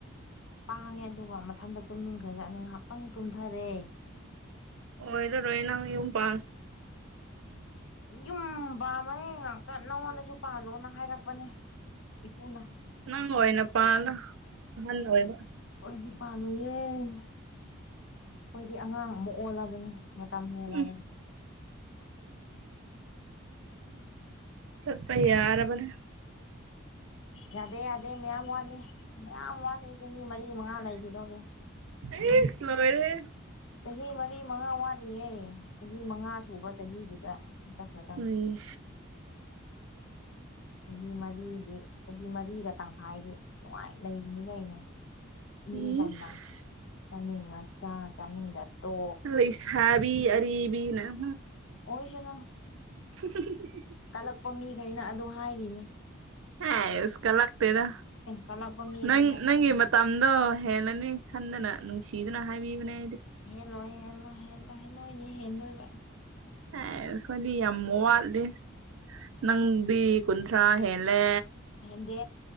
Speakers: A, on the left; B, on the right.
A: ꯄꯥꯡꯉꯦ ꯑꯗꯨꯒ ꯃꯊꯟꯇ ꯇꯨꯝꯅꯤꯡꯈ꯭ꯔ ꯆꯠꯅꯤ ꯉꯥꯏꯍꯥꯛꯇꯪ ꯇꯨꯝꯊꯔꯦ
B: ꯑꯣ ꯏꯗꯣ ꯔꯣꯍꯤꯅꯉꯨꯝ ꯄꯣ
A: ꯌꯨꯝꯕꯕꯥ ꯃꯌꯦ ꯉꯥꯛꯇ ꯅꯉꯣꯟꯗꯁꯨ ꯄꯥꯜꯂꯣꯅ ꯍꯥꯏꯔꯛꯄꯅꯦ ꯏꯄꯨꯅ
B: ꯅꯪ
A: ꯄꯥꯜꯂꯣ
B: ꯍꯣꯏꯅꯄꯥ ꯑꯗ ꯍ ꯍꯣꯏꯅ
A: ꯑꯩꯗꯤ ꯄꯥꯜꯂꯣꯏꯌꯦꯦ ꯑꯩꯈꯣꯏꯗꯤ ꯑꯉꯥꯡ ꯑꯃ ꯑꯣꯜꯂꯕꯅꯦ ꯃ ꯇꯝ ꯍꯤꯂꯕꯅꯤ
B: ꯎꯝ ꯆꯠꯄ ꯌꯥꯔ ꯃꯅꯦ
A: ꯌꯥꯗꯦ ꯌꯥꯗꯦ ꯃꯌꯥꯝ ꯋꯥꯠꯂꯤ ꯃꯌꯥꯝ ꯋꯥꯠꯂꯤ ꯆꯍꯤ ꯃꯔꯤ ꯃꯉꯥ ꯂꯩꯈꯤꯗꯧꯔꯦ
B: ꯑꯦ ꯏꯁ ꯂꯣꯏꯔꯍꯦ
A: ꯆꯍꯤ ꯃꯔꯤ ꯃꯉꯥ ꯋꯥꯠꯂꯤꯌꯦꯦ ꯆꯍꯤ ꯃꯉꯥ ꯁꯨꯕ ꯆꯍꯤꯗꯨꯗ ꯆꯠꯈ꯭ꯔꯗꯝꯕꯅꯤ
B: ꯎꯝ
A: ꯆꯍꯤ ꯃꯔꯤꯗꯤ ꯆꯍꯤ ꯃꯔꯤꯒ ꯇꯪꯈꯥꯏꯗꯤ ꯅꯨꯡꯉꯥꯏ ꯂꯩꯈꯤꯅꯤ ꯀꯩꯅꯣ ꯏꯅꯤꯡꯇꯝꯅ
B: ꯏꯁ
A: ꯆꯥꯅꯤꯡꯉ ꯆ ꯆꯥꯅꯤꯡꯗ ꯇꯣ
B: ꯂꯩꯁꯥꯕꯤ ꯑꯔꯤꯕꯤꯅ
A: ꯑꯣꯏꯁꯅꯨ
B: <unintelligible>
A: ꯀꯜꯂꯛꯄ ꯃꯤꯈꯩꯅ ꯑꯗꯨ ꯍꯥꯏꯔꯤꯅꯦ
B: ꯍ ꯏꯁꯀꯂꯥꯛꯇꯦꯗ
A: ꯀꯜꯂꯛꯄ ꯃꯤꯈꯩꯅ
B: ꯅꯪ
A: ꯍꯥꯏꯔꯤꯅꯤ
B: ꯅꯪꯒꯤ ꯃꯝꯗꯣ ꯍꯦꯜꯂꯅꯤ ꯈꯟꯗꯅ ꯅꯨꯡꯁꯤꯗꯅ ꯍꯥꯏꯕꯤꯕꯅꯦ
A: ꯍꯦ ꯂꯣꯏ ꯍꯦ ꯂꯣꯏ ꯍꯦ ꯂꯣꯏꯍꯦ ꯂꯣꯏꯅꯤ ꯍꯦꯟ ꯂꯣꯏꯕ꯭ꯔ
B: ꯑꯦ ꯈꯗꯤ ꯌꯥꯝꯃ ꯋꯥꯠꯂꯦ ꯅꯪꯗꯤ ꯈꯨꯨꯟꯊ꯭ꯔꯥ ꯍꯦꯂꯦ
A: ꯍꯦꯟꯗꯤ